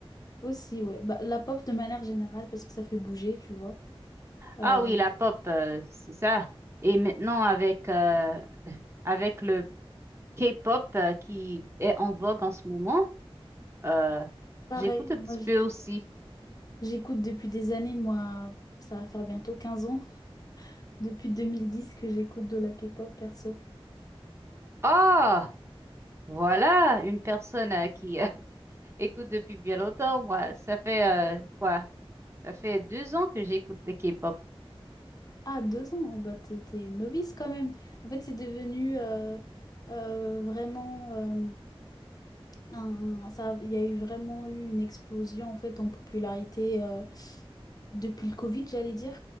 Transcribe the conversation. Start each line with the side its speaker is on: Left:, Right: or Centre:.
Left: Aussi, ouais. Bah, la pop de manière générale, parce que ça fait bouger, tu vois. Euh,
Right: Ah oui, la pop, euh, c'est ça. Et maintenant, avec, euh, avec le K-pop, euh, qui est en vogue en ce moment, Euh,
Left: pareil,
Right: j'écoute un
Left: moi
Right: petit
Left: j-
Right: peu aussi.
Left: j'écoute depuis des années, moi, ça va faire bientôt 15 ans, <laughs> depuis 2010 que j'écoute de la K-pop perso.
Right: Ah, voilà, une personne euh, qui euh, <laughs> écoute depuis bien longtemps. Moi, ça fait euh, quoi? Ça fait deux ans que j'écoute le K-pop.
Left: Ah, deux ans, bah t'es t'es novice quand même. En fait, c'est devenu euh, euh, vraiment... euh, un, un- ça, il y a eu vraiment eu une explosion en fait en popularité euh, Depuis le Covid, j'allais dire,